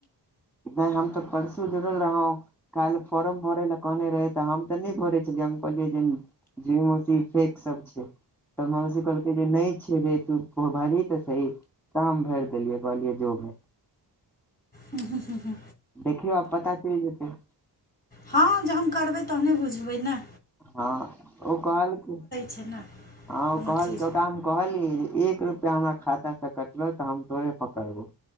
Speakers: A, in the centre; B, on the left (about 20°).
A: नहि हम तऽ परसू जरल रहऊँ काल्ह फॉर्म भरय लए कहने रहै तऽ हम तऽ नहि भरै छलियै हम कहलियै जे जी मोसी फेेक सब छे तऽ मोउसी कहलकै जे नहि छेड़े तु भारही तऽ सही तऽ हम भरि देलियै कहलियै जो मे
B: हू हू हू
A: देखियौ आब पता चैल जेतै
B: हँ जहन करबै तहने बुझबै ना
A: हँ ओ कहलक हँ
B: छै ने कोनो
A: ओ कहलक
B: चीज
A: ओकरामे कहलियै जे एक रुपआ हमरा खातासँ कटलो तऽ हम तोरे पकड़बौ